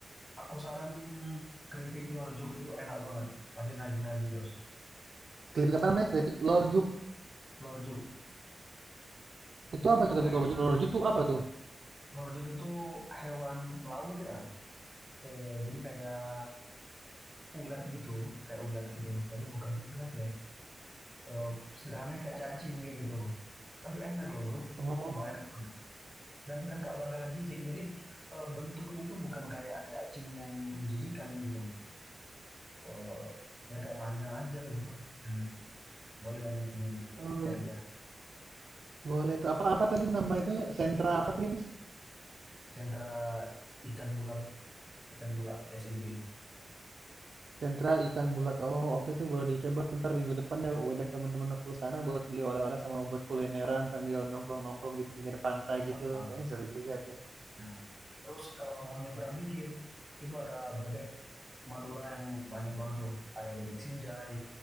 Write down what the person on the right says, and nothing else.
Keripik apa namanya? Keripik lorjuk,
itu
apa
tuh keripik
lorjuk lorjuk tuh apa tuh?
Oh,
itu, boleh tuh. Apa apa tadi nama itunya sentra apa tadi, Mas?
Sentra ikan bulat. Oh, oke tuh boleh dicoba tuh ntar minggu depan dah aku ajak teman temen aku ke sana buat beli oleh-oleh sama buat kulineran sambil nongkrong-nongkrong di pinggir pantai
gitu. Kayaknya seru juga tuh.